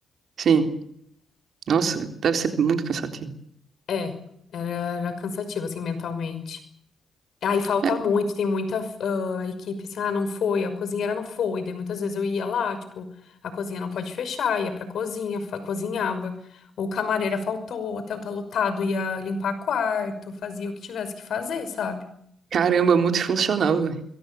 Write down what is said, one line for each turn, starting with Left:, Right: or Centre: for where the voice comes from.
Right: Sim. Nossa, deve ser muito cansativo.
Left: É, era, era cansativo, assim, mentalmente. Aí falta
Right: É,
Left: muito, tem muita ah, equipe assim, ah, não foi, a cozinheira não foi. Daí muitas vezes eu ia lá, tipo, a cozinha não pode fechar, ia pra cozinha, fa- cozinhava. Ou camareira faltou, o hotel tá lotado, ia limpar quarto, fazia o que tivesse que fazer, sabe?
Right: caramba, multifuncional, velho.